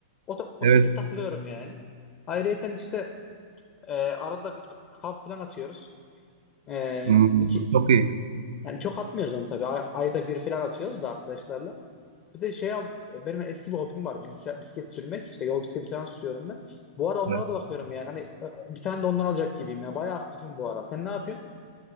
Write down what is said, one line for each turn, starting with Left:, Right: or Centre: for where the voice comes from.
Left: O, ta- o
Right: Evet.
Left: şekilde takılıyorum yani. Ayrıyeten işte e, arada bir kamp falan atıyoruz. Ee,
Right: Hmm,
Left: iki,
Right: çok iyi.
Left: yani çok atmıyoruz onu tabii. Ay- ayda bir falan atıyoruz da arkadaşlarla. Bir de şey al, benim eski bir hobim var. Bilgisayar, bisiklet sürmek. İşte yol bisikleti falan sürüyorum ben. Bu ara onlara
Right: Evet.
Left: da bakıyorum yani. Hani e, bir tane de ondan alacak gibiyim ya. Bayağı aktifim bu ara. Sen ne yapıyorsun?